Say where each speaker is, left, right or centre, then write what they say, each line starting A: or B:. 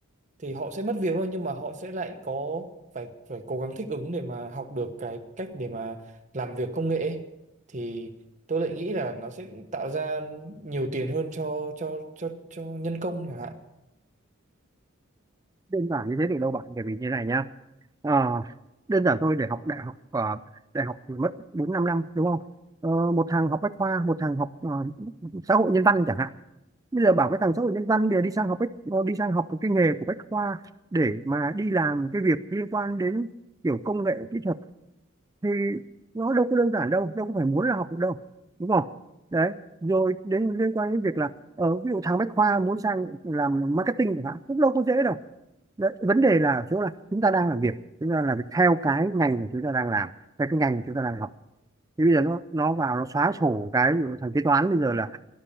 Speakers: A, on the right; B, on the right.
A: thì họ sẽ mất việc thôi nhưng mà họ sẽ lại có phải phải cố gắng thích ứng để mà học được cái cách để mà làm việc công nghệ ấy. Thì tôi lại nghĩ là nó sẽ tạo ra nhiều tiền hơn cho cho cho cho nhân công chẳng hạn.
B: đơn giản như thế được đâu bạn bởi vì như này nhá Ờ, đơn giản thôi để học đại học ờ, đại học thì mất bốn năm năm đúng không Ờ, một thằng học bách khoa một thằng học ờ, xã hội nhân văn chẳng hạn bây giờ bảo cái thằng xã hội nhân văn để đi sang học bách ờ, đi sang học một cái nghề của bách khoa để mà đi làm cái việc liên quan đến kiểu công nghệ kỹ thuật thì nó đâu có đơn giản đâu đâu có phải muốn là học được đâu đúng không đấy rồi đến liên quan đến việc là ở ví dụ thằng bách khoa muốn sang làm marketing chẳng hạn cũng đâu có dễ đâu Đấy, vấn đề là ở chỗ là chúng ta đang làm việc chúng ta làm việc theo cái ngành mà chúng ta đang làm theo cái ngành mà chúng ta đang học thì bây giờ nó nó vào nó xóa sổ cái ví dụ thằng kế toán bây giờ là